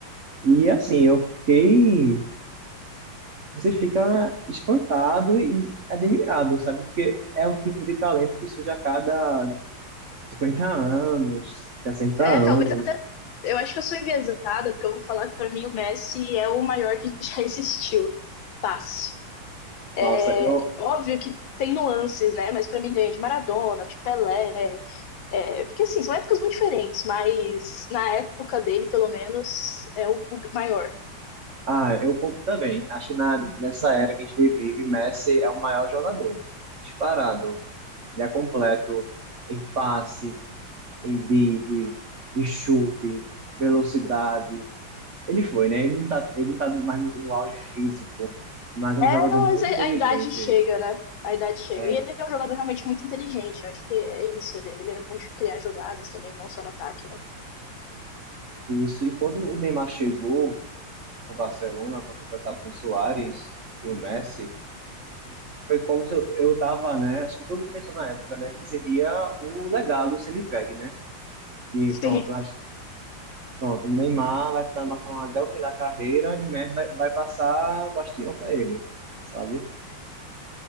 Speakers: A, on the right; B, on the left.
A: E assim, eu fiquei. Você fica espantado e admirado, sabe? Porque é o tipo de talento que surge a cada 50 anos, 60
B: É,
A: anos.
B: talvez eu acho que eu sou enviesada, porque eu vou falar que para mim o Messi é o maior que <laughs> já existiu. Fácil.
A: Nossa,
B: É,
A: eu.
B: Óbvio que tem nuances, né? Mas pra mim ganha de Maradona, de Pelé. é, porque assim, são épocas muito diferentes, mas na época dele, pelo menos, é o, o maior.
A: Ah, eu compro também. Acho que na, nessa era que a gente vive, Messi é o maior jogador. Disparado. Ele é completo em passe, em drible, em chute, velocidade. Ele foi, né? Ele não tá, ele não tá mais no, no auge físico, mas é
B: É,
A: um jogador
B: não,
A: muito
B: mas a,
A: inteligente.
B: a idade chega, né? A idade chega.
A: É,
B: E ele é um jogador realmente muito inteligente. Eu acho que é isso. Ele, ele é bom de criar jogadas também, não só no ataque, né?
A: isso. E quando o Neymar chegou com o Barcelona para completar com o Suárez e o Messi. foi como se eu, eu tava, né? Acho que todo mundo pensou na época, né? Que seria o legado sendo entregue, né? Que
B: <laughs> Sim.
A: pronto, acho, pronto, Neymar vai ficar no Barcelona até o fim da carreira e Messi vai, vai passar bastião para ele, sabe?